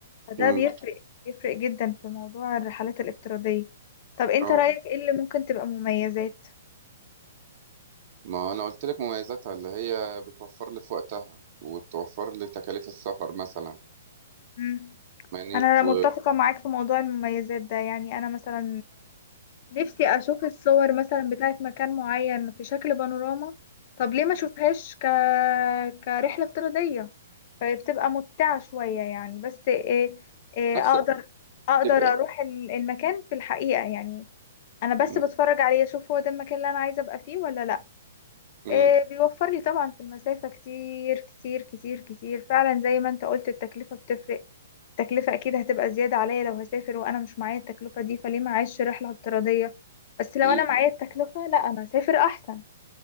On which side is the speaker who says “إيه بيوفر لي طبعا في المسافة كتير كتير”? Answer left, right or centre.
Left